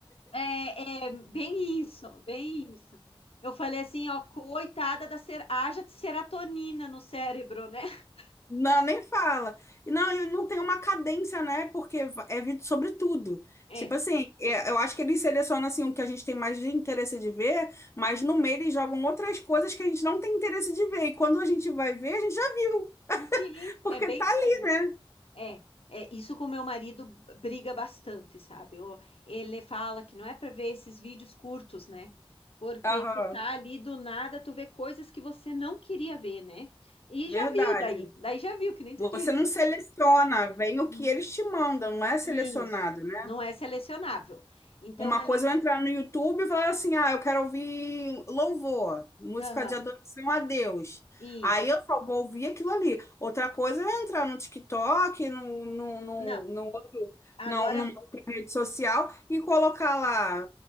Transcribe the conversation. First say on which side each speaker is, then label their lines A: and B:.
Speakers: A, on the left; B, on the left.
A: é, é bem isso, bem isso. Eu falei assim, ó, coitada da ser, haja de serotonina no cérebro, né? <laughs>
B: Não, nem fala. E Não, e não tem uma cadência, né? Porque va- é vídeo sobre tudo.
A: É,
B: Tipo assim, é- eu acho que eles selecionam assim, o que a gente tem mais de interesse de ver, mas no meio eles jogam outras coisas que a gente não tem interesse de ver. E quando a gente vai ver, a gente já viu,
A: sim,
B: porque
A: é bem
B: tá
A: isso
B: ali,
A: aí.
B: né?
A: É, é isso com meu marido briga bastante, sabe? O- Ele fala que não é para ver esses vídeos curtos, né? Porque
B: Aham,
A: tu tá ali do nada, tu vê coisas que você não queria ver, né? E
B: verdade.
A: já viu daí, daí já viu, que nem tu
B: Você
A: disse.
B: não seleciona, vem o
A: Hum,
B: que eles te mandam, não é selecionado,
A: Isso,
B: né?
A: não é selecionável. Então,
B: Uma
A: ali
B: coisa é eu entrar no YouTube e falar assim: ah, eu quero ouvir louvor, música
A: Aham,
B: de adoração a Deus.
A: isso.
B: Aí eu só vou ouvir aquilo ali. Outra coisa é eu entrar no TikTok, no, no, no,
A: Não,
B: no outro,
A: agora,
B: não, numa outra rede social e colocar lá